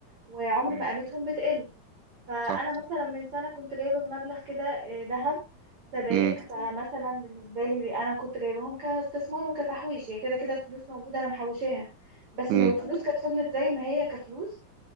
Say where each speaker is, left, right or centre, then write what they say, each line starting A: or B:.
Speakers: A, on the right; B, on the right.
A: وعمر
B: مم.
A: ما قيمتهم بتقل فانا
B: صح
A: مثلا من سنه كنت جايبه بمبلغ كده آه، ذهب سبايك
B: مم.
A: فمثلا بالنسبه لي انا كنت جايباهم كاستثمار وكتحويش هي كده كده الفلوس موجوده انا محوشاها بس
B: مم.
A: لو الفلوس كانت فضلت زي ما هي كفلوس